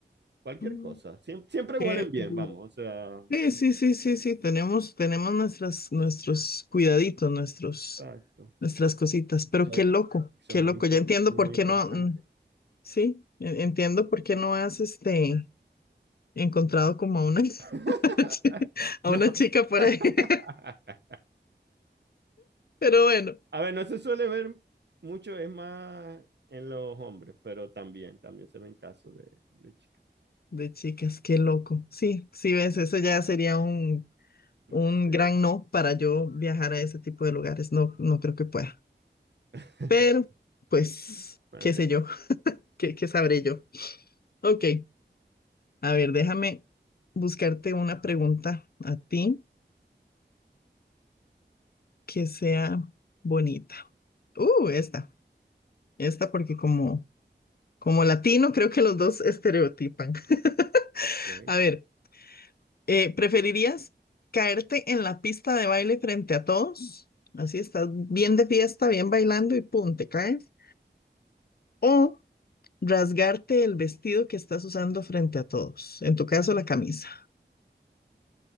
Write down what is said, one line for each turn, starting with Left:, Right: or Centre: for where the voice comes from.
Right: cualquier
Left: Mm,
Right: cosa. Siem- siempre
Left: Qué
Right: huelen bien,
Left: duro.
Right: vamos, o sea,
Left: Sí, sí, sí, sí, sí, tenemos, tenemos nuestras, nuestros cuidaditos, nuestros,
Right: exacto.
Left: nuestras cositas, pero
Right: Eso
Left: qué
Right: es
Left: loco,
Right: eso
Left: qué
Right: es muy,
Left: loco,
Right: impo-
Left: ya entiendo
Right: eso es
Left: por
Right: muy
Left: qué
Right: importante.
Left: no, mm, sí, en- entiendo por qué no has, este, encontrado como a una,
Right: <laughs>
Left: <laughs> a
Right: No.
Left: una chica por
Right: <laughs>
Left: ahí, <laughs> pero bueno,
Right: A ver, no se suele ver mucho, es más en los hombres, pero también, también se ven casos de, de chicas.
Left: de chicas, qué loco, sí, sí, ves, eso ya sería un, un
Right: Sí.
Left: gran no para yo viajar a ese tipo de lugares, no, no creo que pueda,
Right: <laughs>
Left: pero, pues,
Right: Bueno,
Left: qué
Right: te
Left: sé
Right: cu-
Left: yo, <laughs>
Right: sí,
Left: qué, qué sabré yo, ok. A ver, déjame buscarte una pregunta a ti que sea bonita. Uh, esta, esta porque como, como latino creo que los dos estereotipan. <laughs>
Right: ok.
Left: A ver, eh, ¿preferirías caerte en la pista de baile frente a todos? Así estás bien de fiesta, bien bailando y pum, te caes. ¿O rasgarte el vestido que estás usando frente a todos? En tu caso, la camisa.